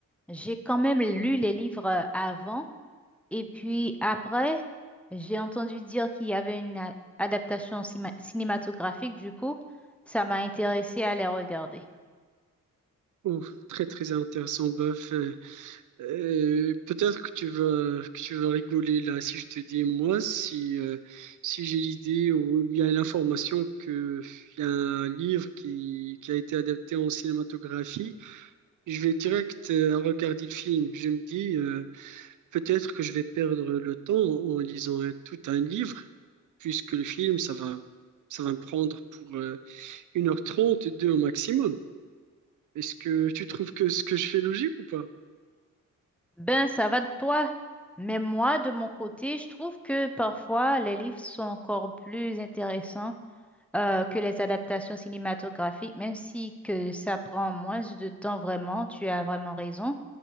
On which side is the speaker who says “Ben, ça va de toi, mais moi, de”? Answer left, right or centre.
Centre